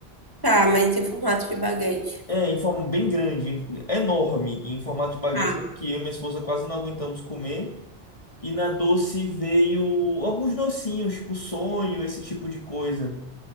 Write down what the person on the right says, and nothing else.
Tá, mas em formato de baguete.
Ah,